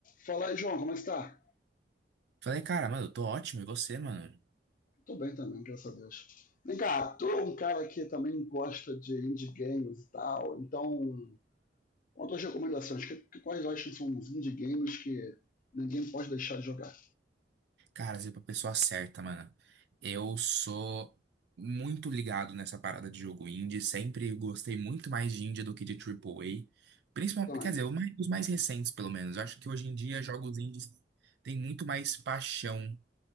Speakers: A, on the left; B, on the right.
A: Fala aí, João, como é que está?
B: Falei, cara, mano, eu tô ótimo, e você, mano?
A: Tô bem também, graças a Deus. Vem cá, tô um cara que também gosta de indie games e tal, então, outras recomendações, que, que- quais acham que são os indie games que ninguém pode deixar de jogar?
B: Cara, você é pra pessoa certa, mano. Eu sou muito ligado nessa parada de jogo indie, sempre gostei muito mais de indie do que de triple A Principalmente,
A: Também,
B: quer dizer, o mais- os mais recentes, pelo menos. Eu acho que hoje em dia jogos indies têm muito mais paixão